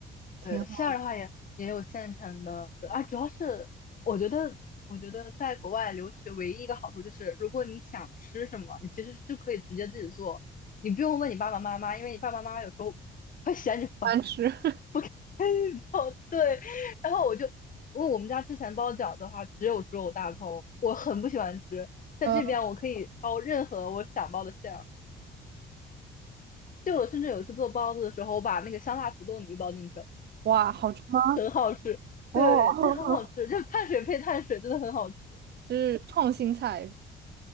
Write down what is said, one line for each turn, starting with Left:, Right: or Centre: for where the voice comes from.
Right: 挺好
Left: 对，馅儿的话也也有现成的，对啊，主要是我觉得，我觉得在国外留学唯一一个好处就是，如果你想吃什么，你其实就可以直接自己做，你不用问你爸爸妈妈，因为你爸爸妈妈有时候会嫌你烦，
Right: 难吃。<laughs>
Left: 不给你做。对，然后我就，因为我们家之前包饺子的话，只有猪肉大葱，我很不喜欢吃，在这边我可以包任何我想包的馅儿。
Right: 呃，
Left: 就我甚至有一次做包子的时候，我把那个香辣土豆泥包进去了，
Right: 哇，好吃吗？
Left: 很好吃。
Right: 哦，
Left: 对，
Right: <laughs>
Left: 这很好吃，就碳水配碳水，真的很好吃。
Right: 这是创新菜，